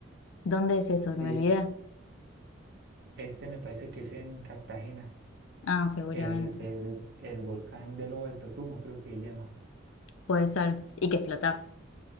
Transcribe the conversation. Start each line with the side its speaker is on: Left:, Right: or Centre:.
Left: ¿Dónde es eso?
Right: sí,
Left: Me olvidé.
Right: este me parece que es en Cartagena,
Left: Ah, seguramente.
Right: el, el, el volcán de Lobo del Totumo, creo que se llama.
Left: Puede ser. Y que flotás,